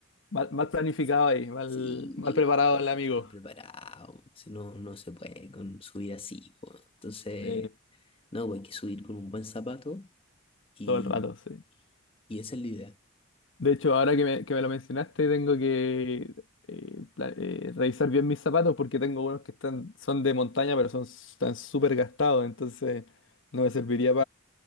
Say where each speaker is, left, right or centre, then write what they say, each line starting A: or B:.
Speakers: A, on the left; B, on the left.
A: mal, mal planificado ahí, mal,
B: Sí,
A: mal preparado
B: pues,
A: el amigo,
B: mal preparado. Si No, no se puede con subir así, pues. Entonces,
A: eh,
B: no, pues, hay que subir con un buen zapato Y,
A: todo el rato, sí.
B: y esa es la idea.
A: De hecho, ahora que me, que me lo mencionaste, tengo que eh, pla- eh, revisar bien mis zapatos porque tengo unos que están, son de montaña, pero son, s- están súper gastados, entonces no me serviría